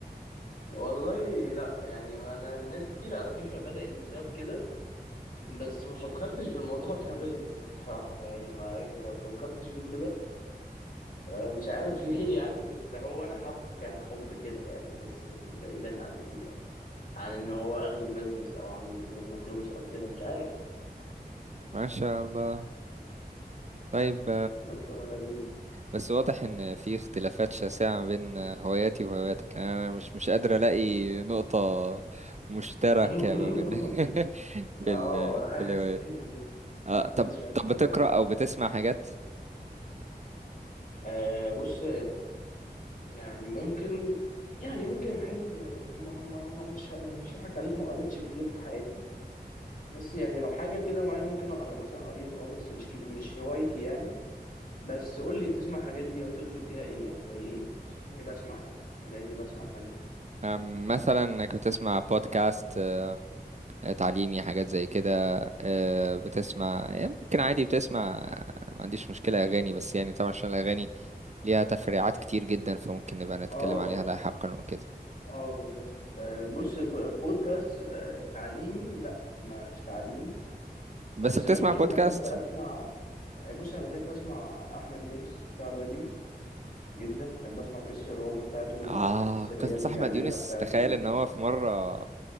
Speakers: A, on the left (about 55°); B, on the right (about 45°).
A: والله لا يعني ما انا الناس كتير على فكره بدات بسبب كده بس ما فكرتش في الموضوع <laughs> كبزنس الصراحه يعني ما ما فكرتش فيه كده آه، مش عارف <laughs> ليه يعني بس هو انا حبه كحب كده يعني بس بعيدا عن ال... عن ان هو اخده بزنس او اعمل منه فلوس او كده مش عارف
B: ما شاء الله طيب
A: بس هو لذيذ
B: بس واضح ان في اختلافات شاسعة ما بين هواياتي وهواياتك يعني انا مش مش قادر الاقي نقطة مشتركة
A: <laughs>
B: ما بين <laughs> في
A: اه
B: ال... في الهوايات
A: <laughs>
B: آه
A: مفيش
B: طب
A: في حته
B: طب بتقرأ
A: الهوايات
B: او بتسمع حاجات
A: آه، بص يعني ممكن يعني ممكن احب يعني ما ما ما مش ه- يعني مش هضحك عليك ما قريتش كتير في حياتي بس يعني لو حاجه كده معينه ممكن اقرا مثلا قريت اه بس مش كتير مش هوايتي يعني بس قول لي بتسمع حاجات دي او تقصد بيها ايه يعني زي ايه اني بسمع يعني لاني بسمع حاجات
B: آم، مثلا انك بتسمع بودكاست آه، تعليمي حاجات زي كده آه، بتسمع يمكن عادي بتسمع ما عنديش مشكلة اغاني بس يعني طبعا عشان الاغاني ليها تفريعات كتير جدا فممكن نبقى نتكلم
A: اه
B: عليها لاحقا وكده
A: اه بالظبط آه، بص ب- بودكاست آه، تعليمي لا مش تعليمي
B: بس
A: بس
B: بتسمع
A: ممكن
B: بودكاست
A: بحب اسمع بص انا بحب اسمع احمد يونس بتاع الراديو جدا بحب اسمع قصص الرعب بتاعته والملفات
B: آه
A: السرية
B: قصة
A: اللي بيعملها
B: أحمد يونس
A: بتاعت
B: تخيل
A: ال
B: إن هو في مرة